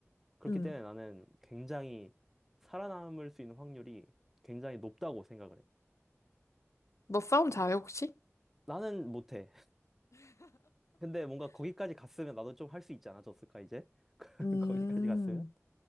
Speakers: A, in the centre; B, on the left (about 75°).
A: 그렇기
B: 음.
A: 때문에 나는 굉장히 살아남을 수 있는 확률이 굉장히 높다고 생각을 해.
B: 너 싸움 잘해, 혹시?
A: 나는 못해. <laughs> 근데 뭔가 거기까지 갔으면 나도 좀 할 수 있지 않아졌을까, 이제? <laughs>
B: 음.
A: 거기까지 갔으면?